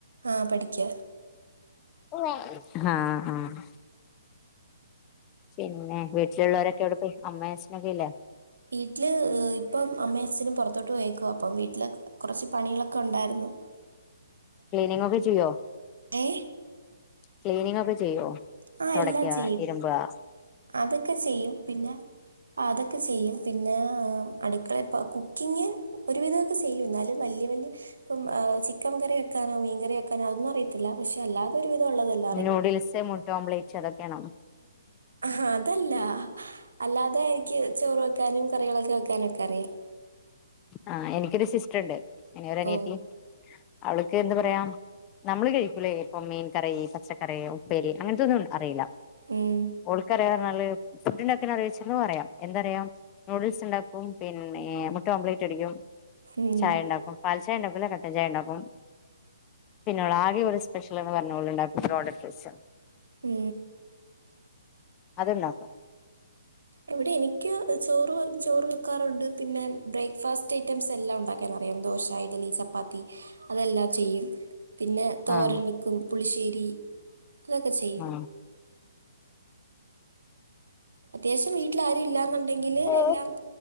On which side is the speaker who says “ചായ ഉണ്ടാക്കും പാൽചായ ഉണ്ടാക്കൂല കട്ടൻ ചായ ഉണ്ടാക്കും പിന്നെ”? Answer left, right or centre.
Left